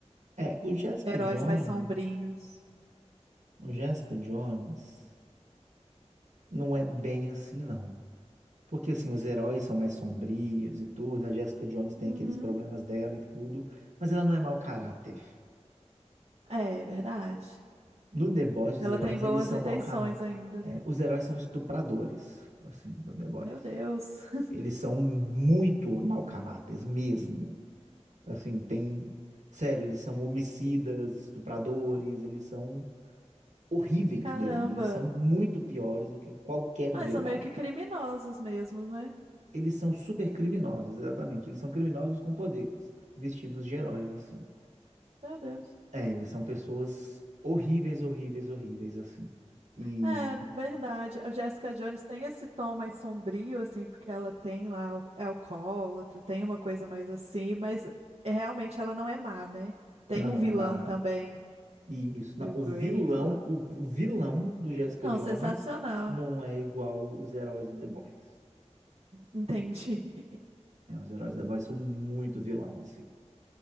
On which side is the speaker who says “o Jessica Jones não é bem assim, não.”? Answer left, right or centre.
Right